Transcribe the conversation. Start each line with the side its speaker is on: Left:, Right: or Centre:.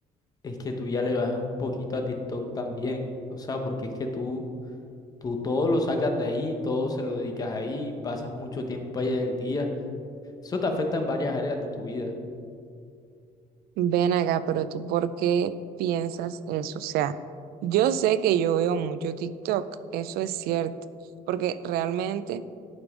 Left: es que tú ya le bajes un poquito a TikTok también. O sea, porque es que tú, tú todo lo sacas de ahí, todo se lo dedicas ahí, pasas mucho tiempo allá en el día. Eso te afecta en varias áreas de tu vida.
Right: Ven acá, pero tú ¿por qué piensas eso? O sea, yo sé que yo veo mucho TikTok, eso es cierto, porque realmente,